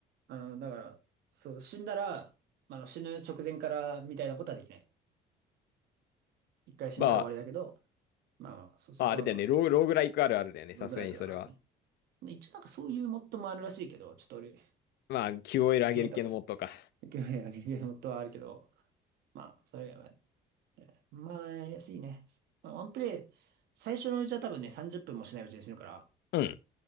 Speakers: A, on the right; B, on the left.
A: あの、だから、そう、死んだら、まああの死ぬ直前からみたいなことはできない。一回死んだら終わりだけど、
B: まあ、
A: まあまあ、そ、そこはまあ、
B: まああれだよね、ロー、ローグライクあるあるだよね、
A: ログライクだからね。
B: さすがにそれは。
A: で一応なんかそういうモッドもあるらしいけど、ちょっと俺、
B: まあ、QOL
A: 見えたことない。
B: 上げる系のモッドか。
A: 興味あるモッドはあるけど、まあ、それはまあ、やりやすいね。まあワンプレイ、最初のうちは多分ね、30分もしないうちに死ぬから、
B: うん。